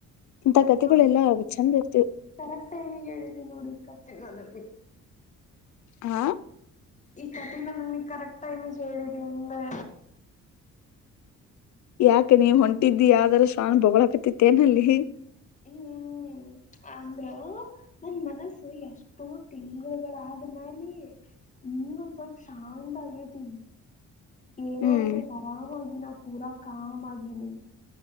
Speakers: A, on the left; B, on the left.
A: ಇಂತ
B: ಕರ
A: ಕಥೆಗಳೆಲ್ಲಾ
B: ನೋಡಿ
A: ಚಂದ ಇರ್ತಿವ್
B: ಕರಕ್ಟನೆ ಎಳದ ನೋಡಿ ಕಥೆ ನನಗೆ
A: ಹಾ
B: ಈ ಕಥೇನ ಕಥೇನ ನಮಗೆ ಕರೆಕ್ಟ್ ಟೈಮಿಗೆ ಹೇಳಿದಿ ಅಂದೆ
A: ಯಾಕ ನೀವ್ ಹೊಂಟಿದ್ದಿ ಯಾವ್ದಾರ ಸ್ವಾನ ಬೊಳಾಕತಿತ್ತೇನಲ್ಲಿ
B: ಹ್ಮ್ ಅಂದ್ರ ನನ್ ಮನಸು ಎಷ್ಟೋ ತಿಂಗಳುಗಳಾದ್ಮ್ಯಾಲ ಈಗೊಂದ್ ಸ್ವಲ್ಪ ಶಾಂತ ಆಗತಿ ಏನೋ
A: ಹ್ಮ್
B: ಒಂದ ಸ್ವಲ್ಪ ಆರಾಮಾಗಿನ ಪೂರಾ ಕಾಮ್ ಆಗನೀ